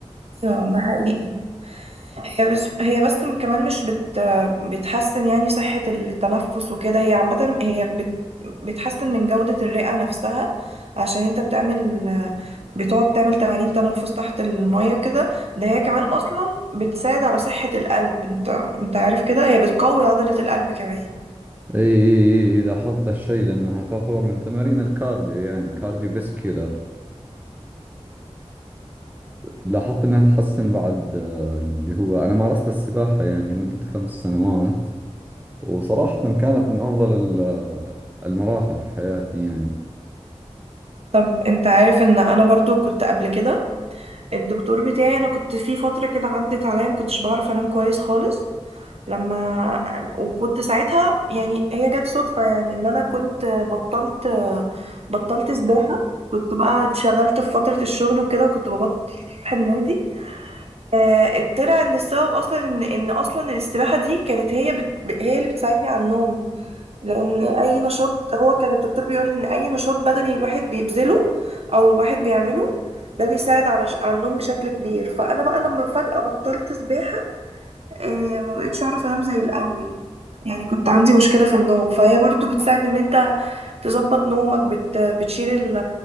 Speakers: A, on the right (about 60°); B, on the right (about 15°).
A: ايوه ده حقيقي هي بس هي بس م- كمان مش بت بتحسن يعني صحة التنفس وكده هي عامة هي بت بتحسن من جودة الرئة نفسها عشان انت بتعمل بتقعد تعمل تمارين تنفس تحت المية وكده ده هي كمان اصلا بتساعد على صحة القلب انت انت عارف كده هي بتقوي عضلة القلب كمان
B: اي اي اي إي، لاحظت ذا الشيء لانها تعتبر من تمارين الكارديو يعني كارديو فيسكيولر لاحظت انها تحسن بعد آه، اللي هو انا مارست السباحة يعني مدة خمس سنوات وصراحة كانت من افضل ال- آه، المراحل في حياتي يعني
A: طب انت عارف ان انا برضو كنت قبل كده الدكتور بتاعي انا كنت في فترة كده عدت عليا ما كنتش بعرف انام كويس خالص لما وكنت ساعتها يعني هي جت صدفة يعني ان انا كنت بطلت بطلت سباحة كنت بقى اتشغلت في فترة الشغل وكده وكنت ببطل اروح النادي آه، طلع ان السبب اصلا ان ان اصلا السباحة دي كانت هي بت... هي اللي بتساعدني على النوم لان اي نشاط هو كان الدكتور بيقول لي ان اي نشاط بدني الواحد بيبذله او الواحد بيعمله ده بيساعد على ش... على النوم بشكل كبير فانا بقى لما فجأة بطلت سباحة آه، ما بقتش اعرف انام زي الاول يعني كنت عندي مشكلة في النوم فهي برضو بتساعد ان انت تظبط نومك بت... بتشيل ال...